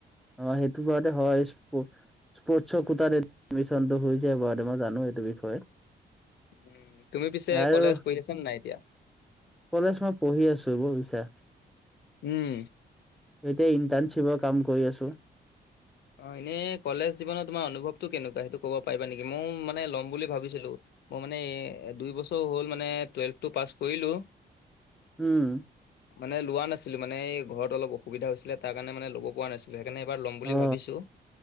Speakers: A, in the centre; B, on the left (about 65°).
A: অ সেইটো বাৰুতো হয় স্পৰ্টছ স্পৰ্টছৰ কোতাত এটো এমিশনটো হৈ যায়বাৰু মই জানো এইটো বিষয়ে
B: উ তুমি পিছে
A: আৰু
B: কলেজ পঢ়ি আছ নে নাই এতিয়া
A: কলেজ মই পঢ়ি আছো বুজিছা
B: উম,
A: এতিয়া ইন্টাৰ্নশ্বিপৰ কাম কৰি আছো
B: অ এনে কলেজ জীৱনত তোমাৰ অনুভৱটো কেনেকুৱা সেইটো ক'ব পাৰিবা নেকি মই মানে ল'ম বুলি ভাবিছিলো মই মানে এ দুই বছৰ হ'ল মানে টুৱেলভটো পাছ কৰিলোঁ
A: উম
B: মানে লোৱা নাছিলো মানে ঘৰত অলপ অসুবিধা হৈছিলে তাৰ কাৰণে মানে ল'ব পৰা নাছিলো সেইকাৰণে এইবাৰ ল'ম বুলি
A: অ
B: ভাবিছোঁ